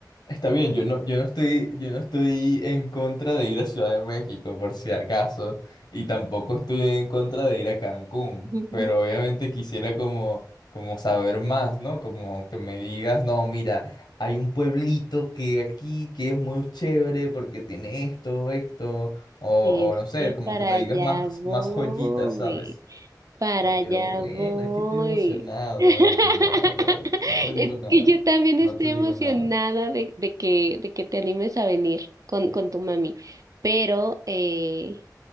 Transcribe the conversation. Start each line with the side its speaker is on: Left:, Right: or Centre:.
Left: Está bien, yo no, yo no estoy, yo no estoy en contra de ir a Ciudad de México, por si acaso, y tampoco estoy en contra de ir a Cancún,
Right: <laughs>
Left: pero obviamente quisiera como, como saber más, ¿no? Como que me digas, no, mira, hay un pueblito que aquí, que es muy chévere porque tiene esto, esto, o,
Right: Es
Left: o no sé,
Right: que
Left: como
Right: para
Left: que me
Right: allá
Left: digas más,
Right: voy,
Left: más joyitas, ¿sabes?
Right: para
Left: Ay,
Right: allá
Left: pero bueno,
Right: voy.
Left: es que estoy emocionado,
Right: <laughs>
Left: Dani. Ya, ya, ya. No te digo
Right: Es
Left: nada.
Right: que yo también
Left: No
Right: estoy
Left: te digo
Right: emocionada
Left: nada.
Right: de, de que, de que te animes a venir con, con tu mami, pero eh,